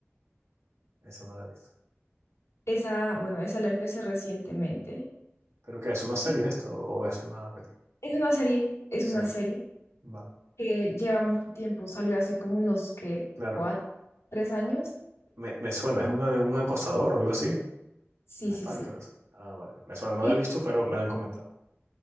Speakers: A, on the right; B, on the left.
A: Esa no la he visto.
B: Esa, bueno, esa la empecé recientemente.
A: ¿Pero qué? ¿Es una serie
B: Y
A: esto o es una película?
B: Es una serie, es
A: Serie.
B: una serie
A: Vale.
B: que lleva mucho tiempo, salió hace como unos, que
A: Claro.
B: ¿Cuatro? ¿Tres años?
A: Me, me suena.
B: Y-
A: Es una de un acosador o algo así.
B: Sí,
A: Un
B: sí,
A: stalker.
B: sí.
A: así. Ah, vale. vale. Me suena. No
B: Y
A: la he visto, pero me la han comentado.